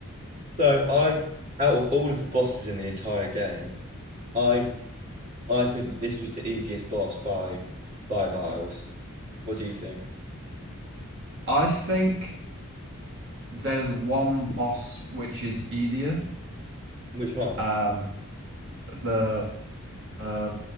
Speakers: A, on the right; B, on the right.
A: So I, out of all of the bosses in the entire game, I I think that this was the easiest boss by by miles. What do you think?
B: I think there's one boss which is easier.
A: Which one?
B: Um, the uh,